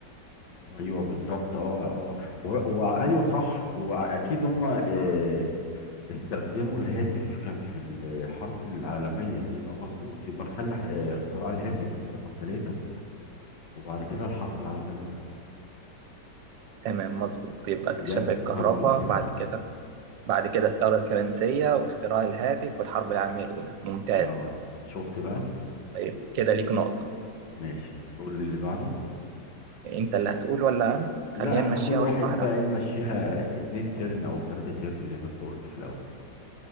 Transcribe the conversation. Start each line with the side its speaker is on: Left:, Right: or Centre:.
Left: ايوه بالظبط اه اه و- وايوه صح واكيد هما آه، استخدموا الهاتف كان في الحرب العالمية يبقى مظبوط يبقى نخلي آه، اختراع الهاتف رقم ثلاثة وبعد كده الحرب العالمية الاولى
Right: تمام مظبوط يبقى
Left: بجد
Right: اكتشاف الكهرباء
Left: مظبوط <laughs>
Right: بعد كده بعد كده الثورة الفرنسية واختراع الهاتف والحرب العالمية الأولى ممتاز
Left: يا شفت بقى
Right: طيب كده ليك نقطة
Left: ماشي قول لي اللي بعده
Right: أنت اللي هتقول ولا أنا؟ خلينا
Left: لا احنا
Right: نمشيها
Left: كل
Right: واحدة
Left: واحد
Right: واحدة
Left: بقى نمشيها اتنين تيرن او تلاتة تيرن زي ما انت قلت في الاول